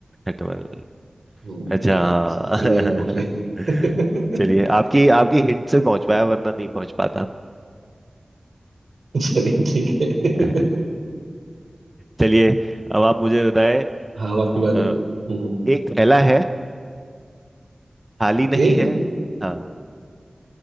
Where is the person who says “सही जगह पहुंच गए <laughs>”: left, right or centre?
Right